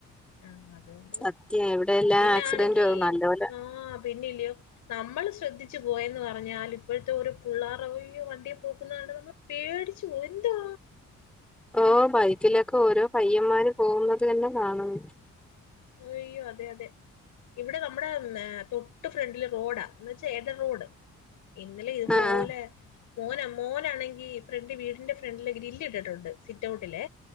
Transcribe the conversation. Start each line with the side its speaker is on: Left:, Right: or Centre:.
Left: ആഹ് അതുകൊണ്ട്
Centre: സത്യം എവിടെയെല്ലാം
Left: പിന്നെ
Centre: ആക്സിഡന്റ്
Left: ആണെങ്കി
Centre: നല്ല പോലെ
Left: ആഹ് പിന്നല്ലയോ നമ്മൾ ശ്രദ്ധിച്ചു പോയന്ന് പറഞ്ഞാൽ ഇപ്പോഴത്തെ ഒരു പിള്ളേറോ വണ്ടിയ പോക്കുന്നത് കണ്ട് നമ്മൾ പേടിച്ചു പോ എന്തോ
Centre: ഓ ഭായി ബൈക്കിലൊക്കെ ഓരോ പയ്യന്മാരും പോകുന്നത് തന്നെ കാണും
Left: അയ്യോ അതെ അതെ ഇവിടെ നമ്മുടെ തൊട്ട് ഫ്രണ്ടില് റോഡാ എന്നന്ന് വച്ചാ റോഡ് ഇന്നലെ ഇതുപോലെ
Centre: ആഹ്
Left: മോന മോനാണെങ്കിൽ ഫ്രണ്ട് വീടിന്റെ ഫ്രണ്ടില ഗ്രിൽ ഇട്ടിട്ടുണ്ട് സിറ്റ് ഔട്ടിലെ